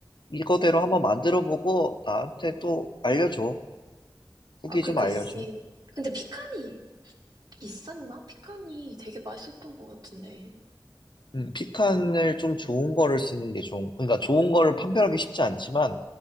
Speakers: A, on the left; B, on the right.
A: 이거대로 한번 만들어보고 나한테 또 알려줘. 후기
B: 아, 그러니까
A: 좀 알려줘.
B: 이게 근데 피칸이 비쌌나? 피칸이 되게 맛있었던 것 같은데.
A: 음, 피칸을 좀 좋은 거를 쓰는 게 좋은, 그러니까 좋은 거를 판별하기 쉽지 않지만,